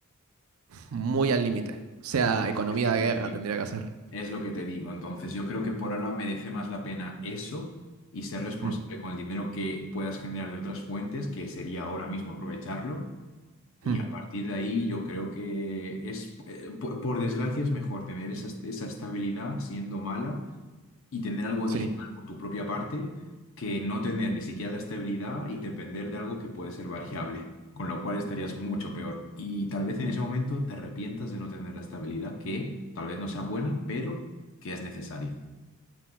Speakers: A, on the right (about 70°); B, on the left (about 60°).
A: Muy al límite. O sea, economía
B: Es lo
A: de
B: que
A: guerra
B: te digo.
A: tendría que hacer.
B: Es lo que te digo. Entonces, yo creo que por ahora merece más la pena eso y ser responsable
A: Mm,
B: con el dinero que puedas generar de otras fuentes, que sería ahora mismo aprovecharlo. Y
A: mm,
B: a partir de ahí, yo creo que es, eh, por, por desgracia, es mejor tener esa, esa estabilidad siendo mala y tener algo adicional
A: Sí.
B: por tu propia parte que no tener ni siquiera la estabilidad y depender de algo que puede ser variable, con lo cual estarías mucho peor. Y tal vez en ese momento te arrepientas de no tener la estabilidad que tal vez no sea buena, pero que es necesaria.